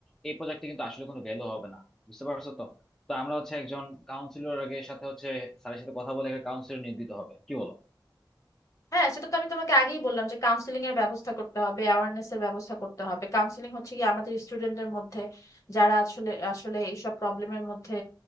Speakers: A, in the centre; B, on the left.
A: এই প্রজেক্টে কিন্তু আসলে কোনো ভ্যালু হবে না বুঝতে পারছো তো তো আমরা হচ্ছে একজন কাউন্সিলর আগে সাথে হচ্ছে স্যারের সাথে কথা বলে একটা কাউন্সিলর নিয়োগ দিতে হবে কি বলো
B: হ্যাঁ সেটা তো আমি তোমাকে আগেই বললাম যে কাউন্সিলিং এর ব্যবস্থা করতে হবে অ্যাওয়ারনেস এর ব্যবস্থা করতে হবে কাউন্সিলিং হচ্ছে কি আমাদের স্টুডেন্টদের মধ্যে যারা আসলে আসলে এইসব প্রবলেমের মধ্যে